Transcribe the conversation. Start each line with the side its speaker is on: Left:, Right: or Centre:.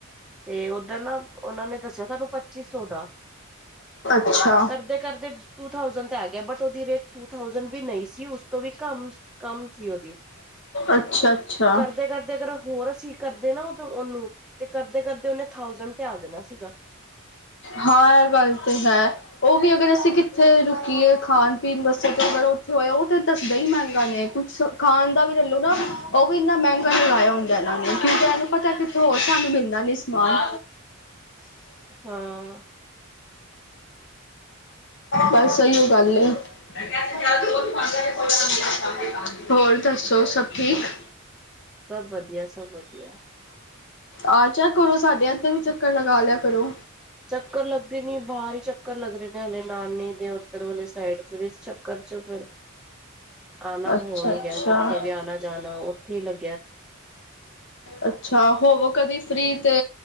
Centre: ਤੇ ਉੱਧਰ ਨਾ ਉਹਨਾਂ ਨੇ ਦੱਸਿਆ ਤੁਹਾਨੂੰ ਪੱਚੀ ਸੌ ਦਾ
Left: ਅੱਛਾ
Centre: ਕਰਦੇ ਕਰਦੇ ਟੂ ਥਾਸੈਂਡ ਤੇ ਆ ਗਿਆ but the rate two thousand ਵੀ ਨਹੀਂ ਸੀ। ਉਸ ਤੋਂ ਵੀ ਕਮ ਕਮ ਸੀ ਉਹਦੀ
Left: ਅੱਛਾ ਅੱਛਾ
Centre: ਕਰਦੇ ਕਰਦੇ ਅਗਰ ਹੋਰ ਅਸੀਂ ਕਰਦੇ ਨਾ ਉਹਨੂੰ ਤੇ ਕਰਦੇ ਕਰਦੇ ਉਹਨੇ ਥਾਜੈਂਡ ਤੇ ਆ ਦੇਣਾ ਸੀਗਾ
Left: ਹਾਂ ਇਹ ਗੱਲ ਤਾਂ ਹੈ। ਉਹ ਵੀ ਅਗਰ ਅਸੀਂ ਕਿੱਥੇ ਰੁਕੀਏ ਖਾਣ ਪੀਣ ਵਾਸਤੇ ਤਾਂ ਅਗਰ ਹੋਇਆ ਉਹ ਤਾਂ ਦੱਸਦਾ ਹੀ ਮੈਂ ਕੁੱਛ ਖਾਣ ਦਾ ਵੀ ਚਲੂ ਨਾ ਉਹ ਵੀ ਇੰਨਾ ਮਹਿੰਗਾ ਨਹੀਂ ਲਾਇਆ ੳਹਣੇ ਕਿਕ ਇਹਨੂੰ ਪਤਾ ਕਿੱਥੋਂ ਹੋ ਸਾਨੂੰ ਮਿਲਦਾ ਨੀ ਸਮਾਨ
Centre: ਹਾਂ।
Left: ਬਸ ਸਹੀ ਉਹ ਗੱਲ ਹੈ। <unintelligible> ਹੋਰ ਦੱਸੋ ਸਭ ਠੀਕ
Centre: <unintelligible> ਸਭ ਵਧੀਆ ਸਭ ਵਧੀਆ
Left: ਆਜਾਯਾ ਕਰੋ ਸਾਡੇ ਅੰਦਰ ਵੀ ਚੱਕਰ ਲਗਾ ਲਿਆ ਕਰੋ।
Centre: ਚੱਕਰ ਲੱਗਦੇ ਨੀ ਬਾਹਰ ਹੀ ਚੱਕਰ ਲੱਗ ਰਹੇ ਨੇ ਹਲੇ ਨਾਨੀ ਦੇ ਉੱਤਰ ਵਾਲੀ ਸਾਈਡ ਫ ਇਸ ਚੱਕਰ ਚੋਂ ਫਿਰ ਆਉਣਾ
Left: ਅੱਛਾ
Centre: ਹੋਣ ਹੀ
Left: ਅੱਛਾ
Centre: ਰਿਹਾ ਕਿੱਥੇ ਵੀ ਆਉਣਾ ਜਾਣਾ ਉੱਥੇ ਹੀ ਲੱ
Left: ਅੱਛਾ ਹੋਵੋ ਕਦੀ ਫ੍ਰਰੀ ਤੇ